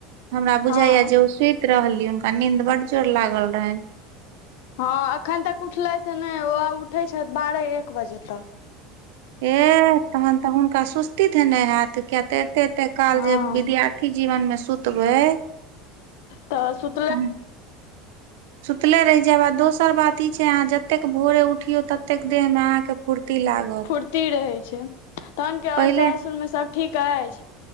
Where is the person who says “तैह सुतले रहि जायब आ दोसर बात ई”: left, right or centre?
Right